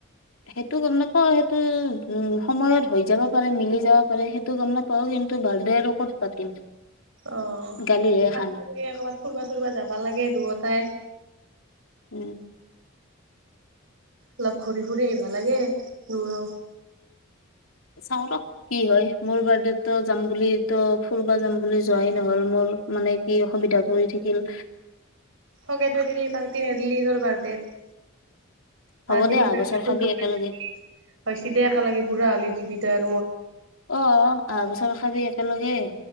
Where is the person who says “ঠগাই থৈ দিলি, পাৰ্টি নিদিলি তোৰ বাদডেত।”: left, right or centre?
Right